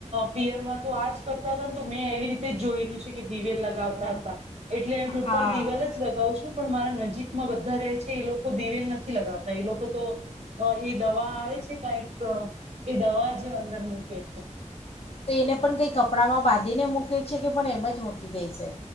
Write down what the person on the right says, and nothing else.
પિયરમાં તો આજ કરતા હતા તો મેં એવી રીતે જ જોયેલું છે, કે દિવેલ લગાવતા હતા. એટલે હું
પણ દિવલ જ લગાવ છું પણ મારા નજીકમાં બધા રહે છે, એ લોકો દિવેલ નથી લગાવતા એ લોકો તો એ દવા આવે છે કઈક એ દવા જે અંદર મૂકે છે.